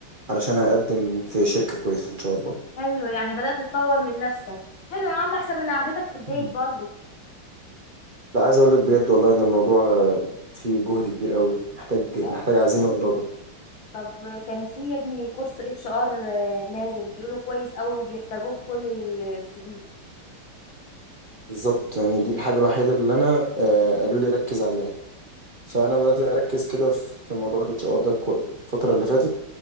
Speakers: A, on the right; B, on the left.
A: علشان هقدم في شركة كويسة ان شاء الله
B: حلو يعني بدأت اتطور من نفسك. حلو يا عم احسن من اعادتك في البيت
A: مم.
B: برضو.
A: لا عايز اقول لك بجد والله ان الموضوع آه، فيه جهد كبير قوي محتاج
B: كده?
A: محتاج عزيمة وإرادة
B: طب اه كان فيه ابني كرس اتش ار اه نازل بيقوله كويس قوي وبيحتاجه في كل السديد.
A: بالظبط يعني دي الحاجة الوحيدة اللي انا آه، قالوا لي ركز عليها فانا بدأت اركز كده في في موضوع الاتش ار ده كوي- الفترة اللي فاتت